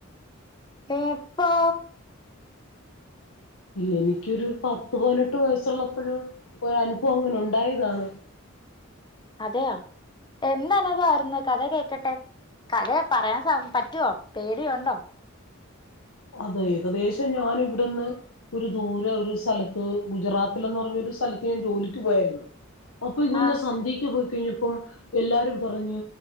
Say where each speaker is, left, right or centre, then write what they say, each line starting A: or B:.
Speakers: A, on the left (about 20°); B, on the left (about 85°).
A: എപ്പൊ
B: എനിക്കൊരു പത്ത് പതിനെട്ട് വയസ്സുള്ളപ്പോഴ് ഒരു അനുഭവം അങ്ങനെ ഉണ്ടായതാണ്
A: അതെയോ എന്ത്‌ അനുഭവാരുന്നു കഥ കേക്കട്ടെ കഥയ പറയാൻ സം പറ്റുവോ പേടിയോണ്ടോ
B: അതെ ഏകദേശം ഞാൻ ഇവിടുന്ന് ഒരു ദൂര ഒരു സ്ഥലത്ത് ഗുജറാത്തിലന്ന് പറഞ്ഞ ഒരു സ്ഥലത്ത് ഞാൻ ജോലിക്ക് പോയാരുന്നു അപ്പൊ ഇങ്ങനെ
A: ആ
B: സന്ധ്യക്ക്‌ പോയി നിപ്പം എല്ലാരും പറഞ്ഞ്